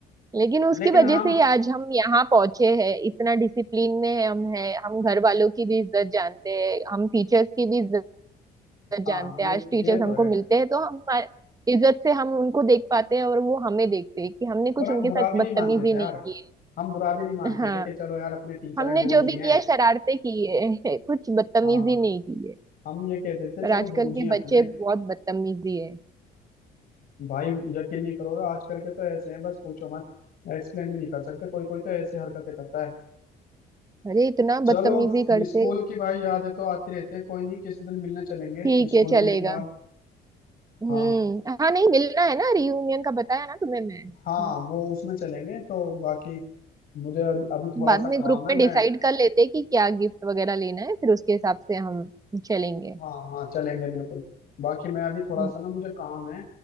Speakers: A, on the right; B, on the left.
A: लेकिन उसकी
B: लेकिन
A: वजह
B: हम
A: से ही आज हम यहाँ पहुंचे हैं इतना डिसिप्लिन में है हम हैं हम घर वालों की भी इज्जत जानते हैं हम टीचर्स की भी इज्जत
B: हाँ
A: जानते
B: ये
A: हैं आज टीचर्स
B: ये
A: हमको
B: तो है
A: मिलते हैं तो हम इज्जत से हम उनको देख पाते हैं और वो हमें देखते हैं कि हमने कुछ
B: और हम
A: उनके
B: बुरा
A: साथ
B: भी
A: बदतमीजी
B: नहीं मानते थे यार
A: नहीं की
B: हम बुरा भी नहीं मानते
A: है हाँ
B: थे कि चलो यार अपने टीचर
A: हमने
B: हैं गुरुजी
A: जो भी
B: हैं
A: किया शरारते की है <laughs> कुछ बदतमीजी
B: हाँ
A: नहीं की है
B: हम ये कहते थे
A: पर
B: चलो
A: आजकल
B: गुरुजी
A: के
B: हैं
A: बच्चे
B: अपने
A: बहुत बदतमीजी है
B: भाई यकीन नहीं करोगे आजकल के तो ऐसे हैं बस पूछो मत एक्सप्लेन भी नहीं कर सकते कोई कोई तो ऐसी हरकतें करता है
A: अरे इतना
B: चलो
A: बदतमीजी करते
B: स्कूल की भाई यादें तो आती रहती हैं कोई नहीं किसी दिन मिलने चलेंगे
A: ठीक
B: स्कूल
A: है चलेगा
B: में एक बार
A: हम्म
B: हाँ
A: हाँ नहीं मिलना है ना रियूनियन का बताया ना तुम्हें मैं हम्म,
B: हाँ वो उसमें चलेंगे तो बाकी मुझे अभी अभी थोड़ा
A: बाद
B: सा काम
A: में ग्रुप
B: है
A: में
B: मैं
A: डिसाइड कर लेते हैं कि क्या गिफ्ट वगैरह लेना है फिर उसके हिसाब से हम चलेंगे
B: हाँ हाँ चलेंगे बिल्कुल बाकी मैं अभी थोड़ा
A: हम्म।
B: सा ना मुझे काम है